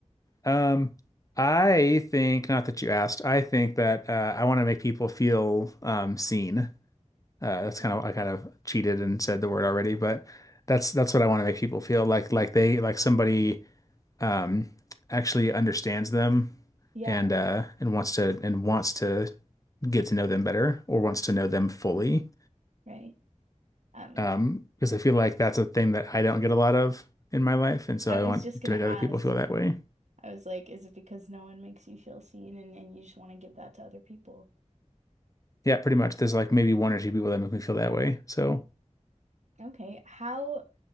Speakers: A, on the left; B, on the right.
A: Um, I think not that you asked. I think that uh, I want to make people feel um, seen. Uh, that's
B: Okay.
A: kind of I kind of cheated and said the word already, but that's that's what I want to make people feel like like they like somebody um, actually understands them
B: Yeah,
A: and uh, and wants to and wants to get to know them better or wants to know them fully.
B: right. Um,
A: Um, because I feel like that's a thing that I don't get a lot of in my life, and so
B: I
A: I want
B: was just gonna
A: to make other
B: ask.
A: people feel that way.
B: I was like, is it because no one makes you feel seen and, and you just want to give that to other people?
A: Yeah, pretty much. There's like maybe one or two people that make me feel that way. So,
B: Okay. How